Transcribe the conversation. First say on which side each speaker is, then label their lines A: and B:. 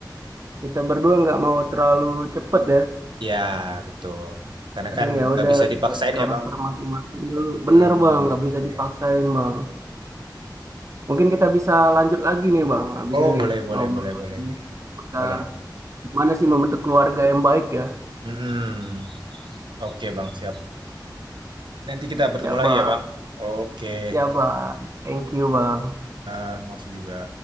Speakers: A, on the right; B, on the right.
A: kita berdua nggak mau terlalu cepet ya.
B: Iya, betul. Karena
A: Kadang
B: kan
A: ya
B: nggak
A: udah
B: bisa dipaksain
A: lihat karakter
B: ya, Bang.
A: masing-masing dulu.
B: Hmm,
A: Bener bang, nggak bisa
B: iya.
A: dipaksain bang. Mungkin kita bisa lanjut lagi nih bang, habis
B: Oh,
A: ini
B: boleh, boleh,
A: ngobrol
B: boleh, boleh, boleh.
A: seputar
B: Boleh.
A: gimana sih membentuk keluarga yang baik ya.
B: Hmm, oke, Bang, siap. Nanti kita bertemu
A: Ya bang,
B: lagi ya, Bang. Oke,
A: ya bang. Thank you bang.
B: eh, makasih juga.